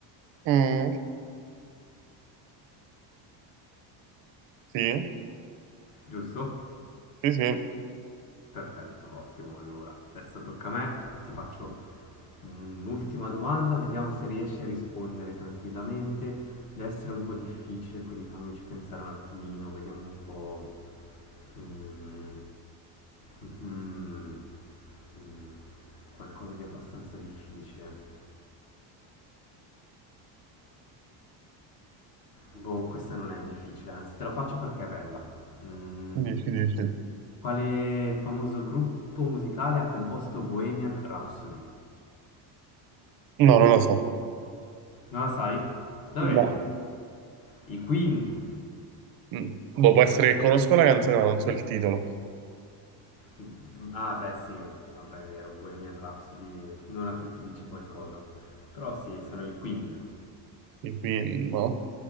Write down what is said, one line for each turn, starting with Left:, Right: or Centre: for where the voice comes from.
Right: Mm, sì,
Left: giusto?
Right: sì, sì,
Left: Perfetto, ottimo. Allora, adesso tocca a me, fa- ti faccio un'ultima domanda, vediamo se riesci a rispondere tranquillamente. Deve essere un po' difficile, quindi fammici pensare un attimino, vediamo un po'. Mm, mhm, mm, qualcosa di abbastanza difficile. Boh, questa non è difficile, anzi te la faccio perché è bella. Mm,
Right: dici, dici.
Left: quale famoso gruppo musicale ha composto Bohemian Rhapsody?
Right: No, non lo so.
Left: Non la sai? Davvero?
Right: No.
Left: I Queen.
Right: Mm. Boh, può essere che conosco la canzone, ma non so il titolo.
Left: I- Ah, beh, sì, eh, vabbè, è vero, Bohemian Rhapsody eh, non a tutti dice qualcosa. Però sì, sono i Queen.
Right: Quindi, no.